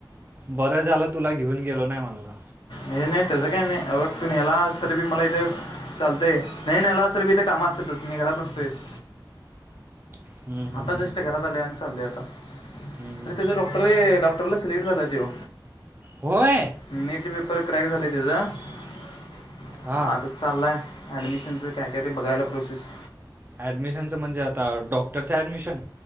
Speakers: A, on the right (about 25°); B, on the left (about 80°).
A: बरं झालं तुला घेऊन गेलो नाही म्हणला
B: हे नाही त्याचं काही नाही अगघ तु न्यालास तरी बी मला इथे चालतय नाही नाहीलास तर मी इथ काम असतातच मी घरात नसतोयच
A: हम्म, हम्म,
B: आता जस्ट
A: हम्म, हम्म.
B: घरात आलोय आणि चालले आता
A: हम्म, हम्म,
B: अरे
A: हम्म.
B: त्याच डॉक क्टरे डॉक्टरला सिलेक्ट झाला तो
A: होय
B: नेटचे पेपर क्रॅक झाले त्याज आता
A: हां
B: चाललाय ऍडमिशनच काय, काय ते बघायला प्रोसेस
A: ऍडमिशनचं म्हणजे आता डॉक्टरचं ऍडमिशन